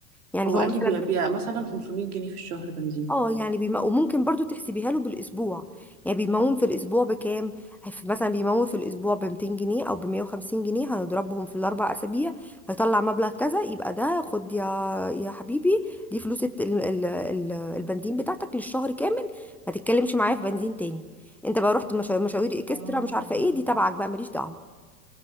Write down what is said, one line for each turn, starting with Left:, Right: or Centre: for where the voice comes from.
Centre: يعني
Right: هو
Centre: هو
Right: قال
Centre: مثلا
Right: لي بيبقى بيبقى مثلا 500 جنيه في الشهر بنزين
Centre: اه يعني بيم... وممكن برضو تحسبيها له بالاسبوع يعني بيمون في الاسبوع بكام هيف- مثلا بيمون في الاسبوع ب 200 جنيه او ب 150 جنيه هنضربهم في الاربع اسابيع هيطلع مبلغ كذا يبقى ده خد يا يا حبيبي دي فلوس الت- ال... ال... ال... البنزين بتاعتك للشهر كامل ما تتكلمش معايا في بنزين تاني انت بقى رحت مشا... مشاوير اكسترا
Right: اه
Centre: مش عارفه ايه دي تبعك بقى ماليش دعوه